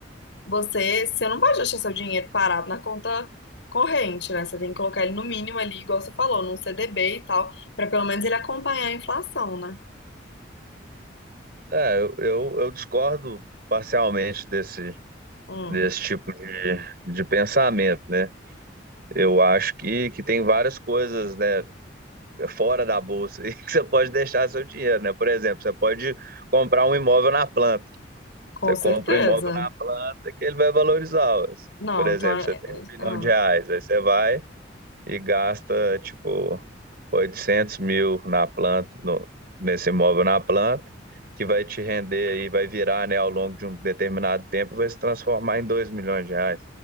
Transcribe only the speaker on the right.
É, eu, eu, eu discordo parcialmente desse,
desse tipo de, de pensamento, né? Eu acho que, que tem várias coisas, né, fora da bolsa <laughs> e que você pode deixar seu dinheiro, né? Por exemplo, você pode comprar um imóvel na planta
Você
compra um imóvel na planta que ele vai valorizar. ó.
Por exemplo,
você tem
um milhão
de reais, aí você vai e gasta, tipo, 800 mil na planta, no- nesse imóvel na planta, que vai te render aí, vai virar, né, ao longo de um determinado tempo, vai se transformar em 2 milhões de reais,